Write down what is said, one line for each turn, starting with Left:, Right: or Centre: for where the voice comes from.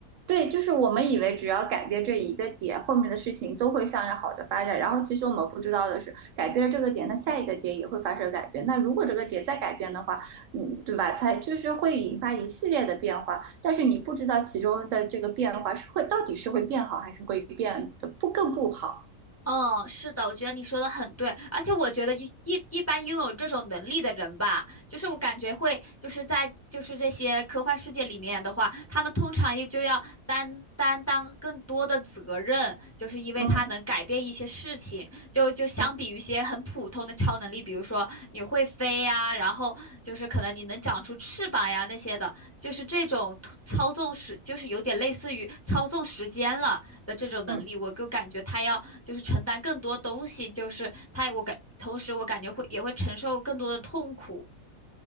Right: 对，就是我们以为只要改变这一个点，后面的事情都会向着好的发展。然后其实我们不知道的是，改变了这个点，那下一个点也会发生改变。那如果这个点再改变的话，嗯，对吧？才就是会引发一系列的变化。但是你不知道其中的这个变化是会到底是会变好，还是会变得不更不好。
Left: 嗯，是的，我觉得你说的很对，而且我觉得一一一般拥有这种能力的人吧，就是我感觉会就是在就是这些科幻世界里面的话，他们通常也就要担担当更多的责任，就是因为他能改变一些事情，
Right: 嗯
Left: 就就相比于一些很普通的超能力，
Right: 嗯
Left: 比如说你会飞呀，然后就是可能你能长出翅膀呀那些的，就是这种操纵时，就是有点类似于操纵时间了。的这种能力，
Right: 嗯。
Left: 我就感觉他要就是承担更多东西，就是他我感同时我感觉会也会承受更多的痛苦。